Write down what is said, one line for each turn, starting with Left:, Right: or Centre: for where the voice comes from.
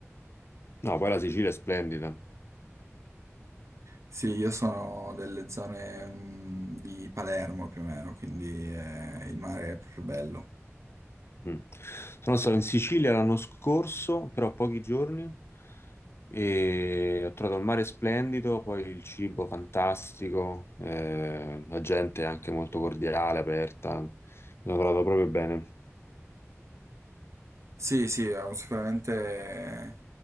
Left: No, poi la Sicilia è splendida.
Right: Sì, io sono delle zone mh, di Palermo più o meno, quindi eh, il mare è proprio bello.
Left: Mm. Sono stato in Sicilia l'anno scorso, però pochi giorni, e ho trovato il mare splendido, poi il cibo fantastico, eh, la gente è anche molto cordiale, aperta. Mi sono trovato proprio bene.
Right: Sì, sì, eh, sicuramente